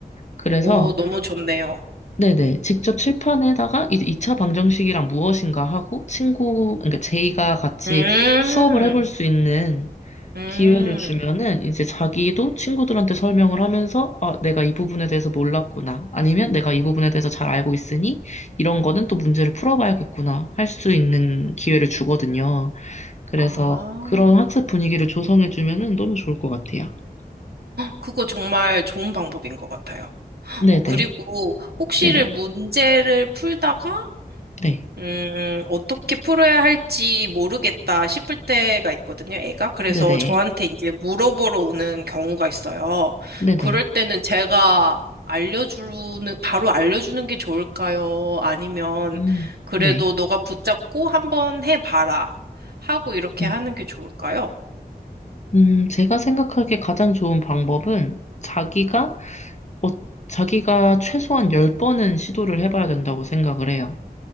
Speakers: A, on the left; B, on the right.
A: 그래서,
B: 오, 너무 좋네요.
A: 네네, 직접 칠판에다가 이제 2차 방정식이란 무엇인가 하고 친구, 그러니까 제이가 같이
B: 음,
A: 수업을 해볼 수 있는
B: 음,
A: 기회를 주면은 이제 자기도 친구들한테 설명을 하면서 아, 내가 이 부분에 대해서 몰랐구나. 아니면 내가 이 부분에 대해서 잘 알고 있으니 이런 거는 또 문제를 풀어봐야겠구나. 할 수 있는 기회를 주거든요. 그래서
B: 아,
A: 그런 학습 분위기를 조성해 주면은 너무 좋을 것 같아요.
B: 그거 정말 좋은 방법인 것 같아요.
A: 네네.
B: 어, 그리고 혹시를
A: 네네.
B: 문제를 풀다가
A: 네.
B: 음, 어떻게 풀어야 할지 모르겠다 싶을 때가 있거든요, 애가. 그래서
A: 네네.
B: 저한테 이제 물어보러 오는 경우가 있어요.
A: 네네.
B: 그럴 때는 제가 알려주는, 바로 알려주는 게 좋을까요? 아니면
A: 음,
B: 그래도
A: 네.
B: 너가 붙잡고 한번 해봐라. 하고 이렇게
A: 음,
B: 하는 게 좋을까요?
A: 음, 제가 생각하기에 가장 좋은 방법은 자기가, 어, 자기가 최소한 열 번은 시도를 해봐야 된다고 생각을 해요.